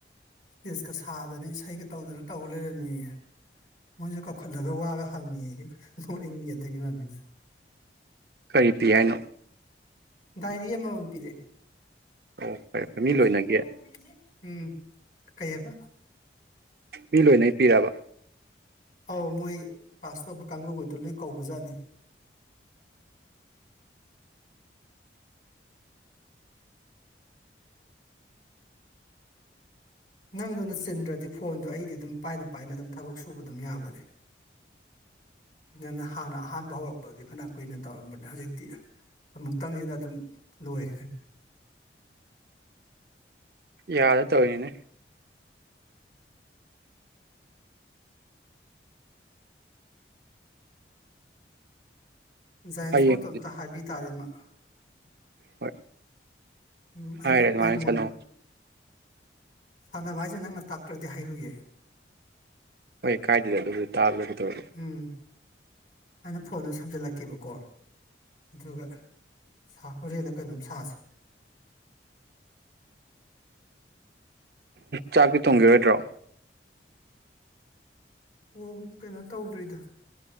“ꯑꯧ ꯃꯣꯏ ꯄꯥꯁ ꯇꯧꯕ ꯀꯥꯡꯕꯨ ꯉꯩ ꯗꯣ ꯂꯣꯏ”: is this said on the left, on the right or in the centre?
Left